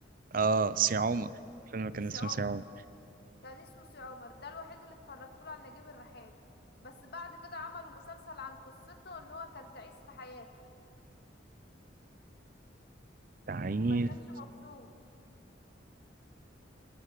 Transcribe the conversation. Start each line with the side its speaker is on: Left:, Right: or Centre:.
Right: اه سي عمر فيلم كان
Left: سي
Right: اسمه
Left: عمر
Right: سي عمر
Left: كان اسمه سي عمر ده الوحيد اللي اتفرجت له على نجيب الريحاني بس بعد كده عملوا مسلسل عن قصته ان هو كان تعيس في حياته
Right: تعيس
Left: ما كانش مبسوط